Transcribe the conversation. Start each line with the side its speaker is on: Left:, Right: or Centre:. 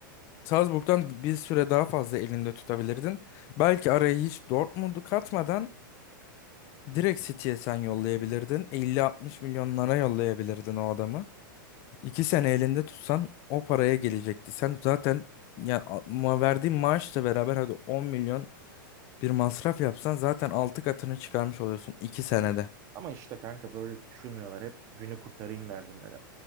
Left: Salzburg'dan bir süre daha fazla elinde tutabilirdin. Belki araya hiç Dortmund'u katmadan direkt City'ye sen yollayabilirdin. 50-60 milyonlara yollayabilirdin o adamı. İki sene elinde tutsan o paraya gelecekti. Sen zaten ya ma- verdiğin maaşla beraber hadi 10 milyon bir masraf yapsan zaten 6 katını çıkarmış oluyorsun 2 senede.
Right: Ama işte kanka böyle düşünmüyorlar. Hep günü kurtarayım derdindeler.